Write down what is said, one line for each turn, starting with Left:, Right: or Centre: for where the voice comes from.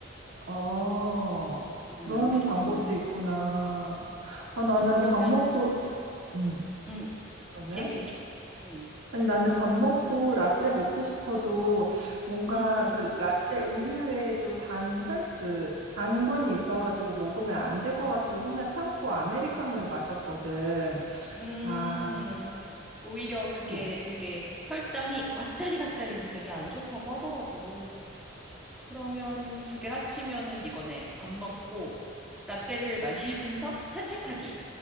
Right: 아, 그-
Centre: 음,
Right: 그런
Centre: 아메리카노보다.
Right: 방법도 있구나. 아, 나는
Centre: 그러면,
Right: 밥 먹고, 음,
Centre: 음,
Right: 그러면?
Centre: 얘기해줘. 음,
Right: 아니, 나는 밥 먹고 라떼 먹고 싶어도 뭔가
Centre: 음,
Right: 그 라떼 우유에 또 당 혈, 그 당분이 있어가지고 먹으면 안 될 것 같아서 맨날 참고 아메리카노를 마셨거든.
Centre: 음.
Right: 아,
Centre: 오히려 그게
Right: 좀.
Centre: 되게 혈당이 왔다리 갔다리 해서 되게 안 좋다고 하더라고. 그러면 두 개를 합치면은 이거네. 밥 먹고, 라떼를 <laughs> 마시면서 산책하기.